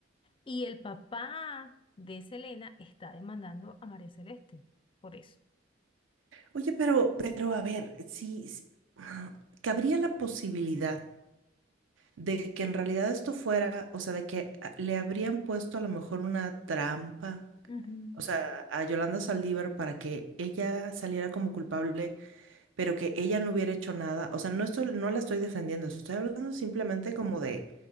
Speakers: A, on the left; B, on the right.
A: y el papá de Selena está demandando a María Celeste por eso.
B: Oye, pero, pero a ver, si s- ah, cabría la posibilidad de que en realidad esto fuera, o sea, de que ah, le habrían puesto a lo mejor una trampa,
A: Ujú.
B: o sea, a Yolanda Saldívar para que ella saliera como culpable, pero que ella no hubiera hecho nada. O sea, no estoy, no la estoy defendiendo, estoy hablando simplemente como de,